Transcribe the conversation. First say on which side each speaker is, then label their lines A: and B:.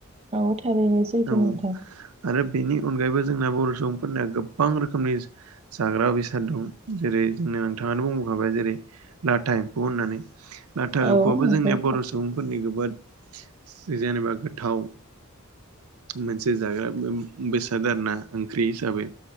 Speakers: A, on the right; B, on the right.
A: औ थारैनो जैगो
B: औ
A: नोंथां
B: आरो बेनि अनगायैबो जोंना बर' सुबुंफोरनिया गोबां रोखोमनि जाग्रा बेसाद दं जेरै जोंनो नोंथाङानो बुंबोखाबाय जेरै लाथा एम्फौ होननानै लाथा
A: औ
B: एम्फौआबो
A: नंगौ
B: जोंनिया बर' सुबुंफोरनि जोबोद जेनेबा गोथाव मोनसे जाग्रा बेसाद आरोना ओंख्रि हिसाबै